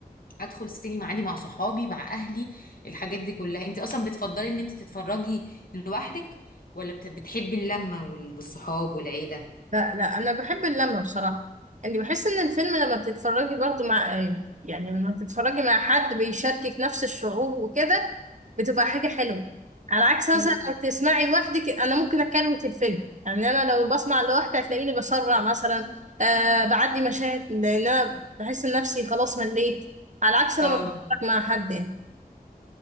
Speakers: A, on the left; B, on the right.
A: ادخل السينما عادي مع صحابي مع اهلي الحاجات دي كلها انت اصلا بتفضلي ان انت تتفرجي لوحدك ولا بت- بتحبي اللمه وال- والصحاب والعيله
B: لا لا أنا بحب اللمة بصراحة يعني بحس إن الفيلم لما بتتفرجي برضه مع يعني لما بتتفرجي مع حد بيشاركك نفس الشعور وكده بتبقى حاجة حلوة على عكس مثلا
A: مم.
B: لو تسمعي لوحدك انا ممكن اكروت الفيلم يعني انا لو بسمع لوحدي هتلاقيني بسرع مثلا آه بعدي مشاهد لان انا بحس ان نفسي خلاص مليت على عكس لما
A: اه
B: بتفرج مع حد يعني